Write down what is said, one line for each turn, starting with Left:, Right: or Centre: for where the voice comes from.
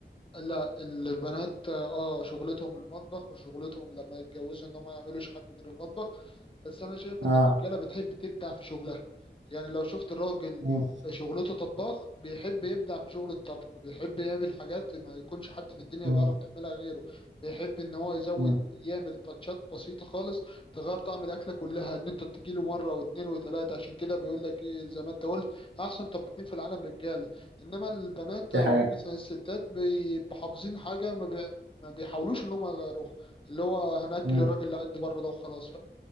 Left: لا البنات اه شغلتهم المطبخ وشغلتهم لما يتجوزوا ان هم ما يعملوش حاجه غير المطبخ بس انا شايف
Right: اه
Left: ان الرجاله بتحب تبدع في شغلها يعني لو شفت راجل
Right: مم.
Left: شغلته طباخ بيحب يبدع في شغل الطبخ بيحب يعمل حاجات ما يكونش حد في الدنيا
Right: مم.
Left: بيعرف يعملها غيره بيحب ان هو يزود
Right: مم.
Left: يعمل تاتشات بسيطة خالص تغير طعم الأكلة كلها إن أنت تجيله مرة واتنين وتلاتة عشان كده بيقول لك إيه زي ما أنت قلت أحسن طباخين في العالم رجالة إنما البنات
Right: دي
Left: أو
Right: حقيقة
Left: مثلا الستات بيبقوا حافظين حاجة ما بي- ما بيحاولوش إن هم يغيروها اللي هو هنأكل
Right: مم.
Left: الراجل اللي قاعد بره ده وخلاص